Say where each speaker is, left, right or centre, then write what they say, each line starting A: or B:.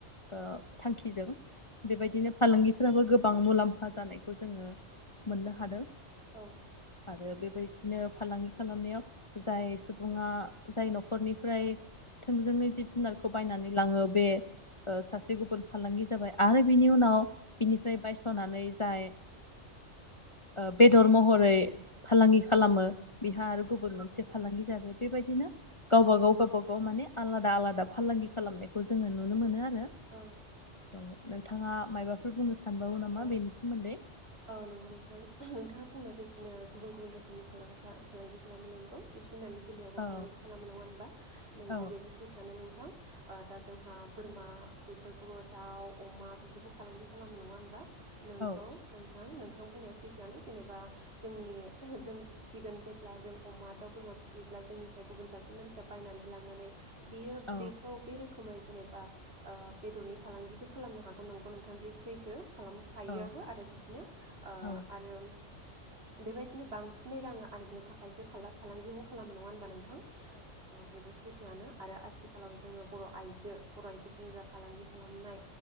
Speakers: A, on the left; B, on the right.
A: ओ थांखिजों बेबायदिनो फालांगि फोराबो गोबां मुलाम्फा जानायखौ जोङो मोननो हादों।
B: औ
A: आरो बेबायदिनो फालांगि खालामनायाव जाय सुबुङा जाय नखरनिफ्राय थोंजोङै जिब-जुनारखौ बायनानै लाङो बे ओ सासे गुबुन फालांगि जाबाय आरो बिनि उनाव बिनिफ्राय बायसनानै जाय ओ बेदर महरै फालांगि खालामो बेहा आरो गुबुन मोनसे फालांगि जाबाय बेबाय दिनो गावबा
B: औ
A: गाव गावबा गाव माने आलादा आलादा फालांगि खालामनायखौ जोङो नु नुनो मोनो आ रो
B: औ
A: औ नोंथाङा मायबाफोर बुंनो सानबावो नामा
B: औ
A: बेनि सोमोन्दै
B: औ नंगौ नोंथां नोंथाङा बुंनाय बायदिनो गुबुन गुबुन रोखोमनि फालांखा फालांगि खालामो नोंगौ। जिब जुनारनि बेलायावबो
A: औ
B: फालांगि खालामो नङा होनबा नोंगौ
A: औ
B: बेबो सैथोआनो नोंथां। ओ दा जोंहा बोरमा बेफोरखौबो दाउ, अमा, बेफोरखौ फालांगि खालामो नङा होनबा? नोंगौ
A: औ
B: नोंथां नों थां बुंनाया सैथोआनो जेनेबा जोंनि जों फिसिगोन जेब्ला जों अमा दाउ बोरमा फियोब्ला जोंनिफ्राय गुबुन सासे मानसिया बायनानै लांनानै बियो
A: औ
B: बेखौ बे रो खोमै जेनेबा ओ बेदरनि फालांगिबो खालामनो हागौ नंगौ नोंथां बे सैथो। खालामखायोआबो
A: औ
B: आरो बिदिनो ओ
A: औ
B: आरो बेबायदिनो बांसिनै रां आरजिनो थाखायसो खाला फालांगिखौ खालामो नङा होनबा नों थां? औ बेबो सैथोआनो आरो आथिखालाव जोङो बर' आइजो बर' आइजोफोरनि जा फालांगि खालामनाय